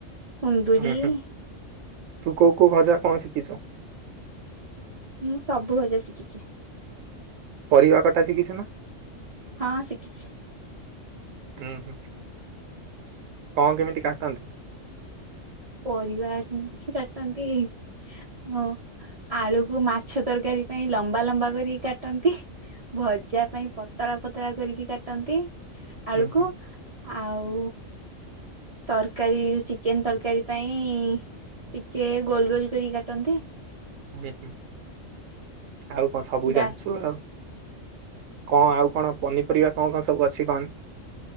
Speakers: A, on the right (about 40°); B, on the right (about 85°).
A: କୁନ୍ଦୁରି
B: ହୁଁ ହୁଁ ତୁ କୋଉ କୋଉ ଭଜା କଣ ଶିଖିଚୁ?
A: ମୁଁ ସବୁ ଭଜା ଶିଖିଚି।
B: ପରିବା କଟା ଶିଖିଚୁ ନା?
A: ହଁ ଶିଖିଛି
B: ଉଁ ହୁଁ କଣ କେମିତି କାଟନ୍ତି?
A: ପରିବାର କେମିତି କାଟନ୍ତି। ହଁ ଆଳୁକୁ ମାଛ ତରକାରୀ ପାଇଁ ଲମ୍ବା ଲମ୍ବା କରିକି କାଟନ୍ତି। ଭଜା ପାଇଁ ପତଳା ପତଳା କରିକି କାଟନ୍ତି। ଆଳୁ
B: ହୁଁ
A: କୁ
B: ହୁଁ
A: ଆଉ ତରକାରୀ ଚିକେନ ତରକାରୀ ପାଇଁ ଟିକେ ଗୋଲ ଗୋଲ କରି କାଟନ୍ତି।
B: ହୁଁ ହୁଁ ଆଉ କଣ ସବୁ
A: ଡା
B: ଜାଣିଚୁ ଆଉ। କଣ ଆଉ କଣ ପନିପରିବା କଣ କଣ ସବୁ ଅଛି କଣ?